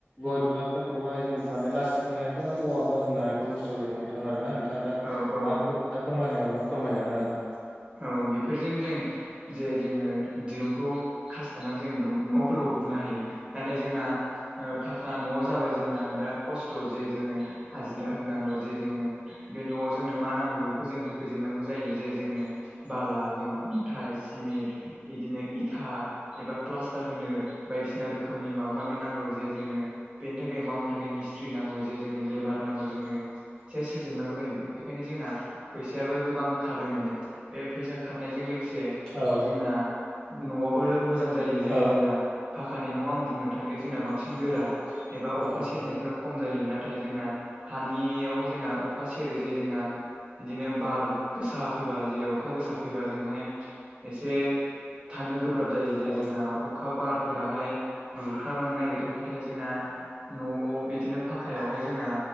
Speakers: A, on the left; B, on the right.
A: गय दुनाफोरखौ बाहाय जों माने लास्टिं होनायफोर औवाबा जों नारेखल बुस्थ थु खौ जों मोननो थाङो आरोना नोंथाङा दा
B: औ औ
A: माबाफोर खोथा फोरमायनो नागिरदोंबा फोरमायजागोन आरो।
B: औ बिफोरजों जों जे जोङो दिरुंखौ खासथाबनानै जों दं नफोरखौ बुनो हायो नाथाय जोंना ओ फाखा नआव जाबाय जोंना बेराद खस्थ जे जोङो हाजिरा होनांगौ जे जोङो बे नआव जोंनो मा नांगौ बेखौ जों होफैजोबनांगौ जायो जे जोंनो बाला जोंनो अन्थाइ सिमिन्ट इदिनो इथा एबा प्लास्टार होनो बायदिसिना रोखोमनि माबा माबि नांगौ जे जोंनो बेनि थाखाय मावनो थाखाय मिसि ट्रि नांगौ जे जोंनो लेबार नांगौ जोंनो सेस होजोबनांगौ जायो बेखायनो जोंना फैसायाबो गोबां खारो माने बे फैसा खारनायजों लोगोसे
A: औ
B: जोंना न'आबो मोजां जायो जे
A: औ
B: जोंना फाखानि न'आव आं बुंनो थांदों जोंना बांसिन गोरा एबा अखा
A: औ
B: सेरनायफोरा खम जायो ना थाय जोंना हानियावहाय जोंना अखा सेरो जे जोंना इदिनो बार गोसा फैबा जेव अखा गोसा फैबा जोंहाय एसे थानो गोब्राब जायो जे
A: औ
B: जोंना अखा बार फोराहाय बुरखां लांनो नागिरो नाथाय जोंना न'आव बिदिनो फाक्कायावहाय जोंना